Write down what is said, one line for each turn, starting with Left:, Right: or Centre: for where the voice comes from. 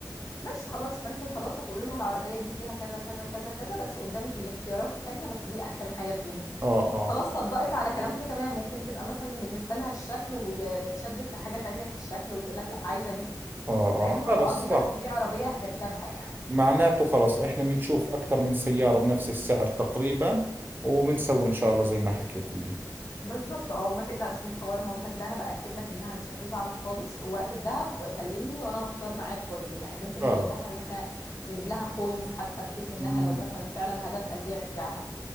Left: ماشي خلاص فانتوا خلاص هتقولوا لها العربية دي فيها كذا كذا كذا كذا بس قدامك الاختيارات التانية بس دي احسن حاجة فيهم
Right: اه اه
Left: خلاص صدقت على كلامكم تمام ممكن تبقى مثلا بالنسبة لها الشكل ويتشدت لحاجة تانية في الشكل وتقول لك لا عايزة دي
Right: اه
Left: فاهم
Right: اه
Left: انا
Right: خلص
Left: قصدي بس
Right: صح
Left: دي عربية هتركبها يعني
Right: معناته خلص احنا بنشوف اكثر من سيارة بنفس السعر تقريبا وبنسوي ان شاء الله زي ما حكيت لي
Left: بالظبط اه وما تقلقش من حوار مامتك ده انا باكد لك انها مش هتزعل خالص ووقت الدهب كلمني وانا هختار معاك برضو يعني ممكن
Right: خلص
Left: نظبطها ان احنا نجيب لها كوينز حتى بحيث انها
Right: مم،
Left: لو مثلا فعلا هدفها البيع تبيعها